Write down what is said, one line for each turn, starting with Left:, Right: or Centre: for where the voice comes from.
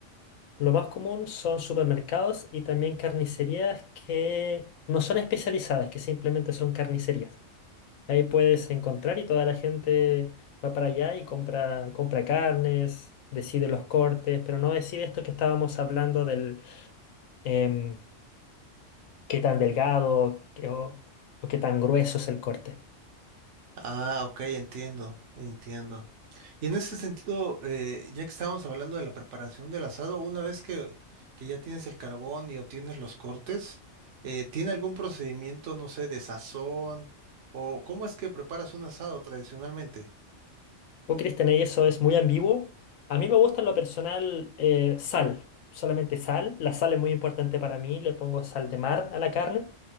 Left: Lo más común son supermercados y también carnicerías que no son especializadas, que simplemente son carnicerías. Ahí puedes encontrar y toda la gente va para allá y compra, compra carnes, decide los cortes, pero no decide esto que estábamos hablando del em, qué tan delgado qué- o o qué tan grueso es el corte.
Right: Ah, ok, entiendo, entiendo. Y en ese sentido, eh, ya que estábamos hablando de la preparación del asado, una vez que, que ya tienes el carbón y obtienes los cortes, eh, ¿tiene algún procedimiento, no sé, de sazón? ¿O cómo es que preparas un asado tradicionalmente?
Left: Oh, Cristian, y eso es muy ambiguo. A mí me gusta en lo personal eh, sal, solamente sal. La sal es muy importante para mí, le pongo sal de mar a la carne.